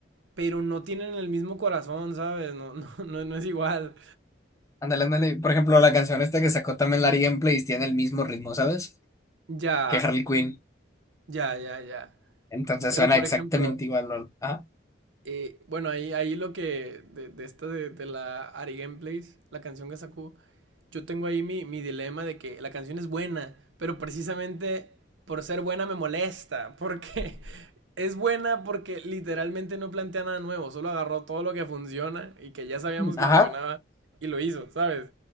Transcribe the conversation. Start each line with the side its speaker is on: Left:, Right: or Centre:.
Right: pero no tienen el mismo corazón, ¿sabes? No, <laughs> no, no, no es igual.
Left: Ándale, ándale. Por ejemplo, la canción esta que sacó también Larry Gameplays tiene el mismo ritmo, ¿sabes?
Right: Ya.
Left: Que Harley Quinn.
Right: Ya, ya, ya.
Left: Entonces
Right: Pero
Left: suena
Right: por
Left: exactamente
Right: ejemplo,
Left: igual, lol. Ajá.
Right: eh, bueno, ahí, ahí lo que de, de esta de, de la Ari Gameplays, la canción que sacó, yo tengo ahí mi, mi dilema de que la canción es buena, pero precisamente por ser buena me molesta, porque <laughs> es buena porque literalmente no plantea nada nuevo, solo agarró todo lo que funciona y que ya sabíamos que
Left: Ajá.
Right: funcionaba y lo hizo, ¿sabes?